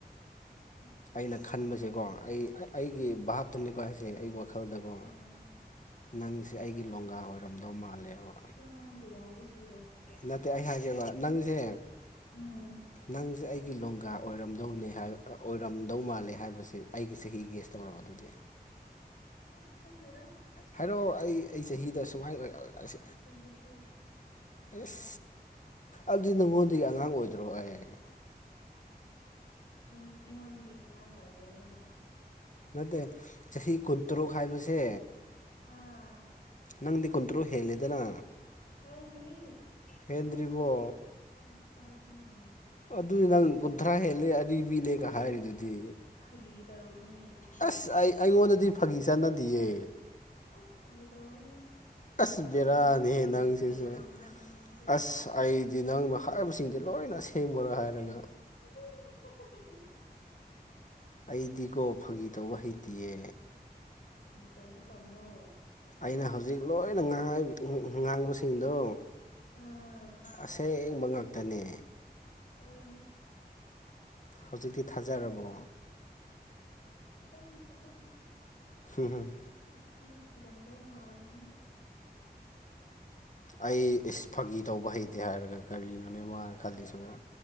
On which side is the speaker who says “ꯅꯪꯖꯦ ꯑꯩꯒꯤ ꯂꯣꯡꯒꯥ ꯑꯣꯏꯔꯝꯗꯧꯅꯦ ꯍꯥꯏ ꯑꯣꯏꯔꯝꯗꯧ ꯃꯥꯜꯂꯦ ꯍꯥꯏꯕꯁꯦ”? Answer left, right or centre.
Left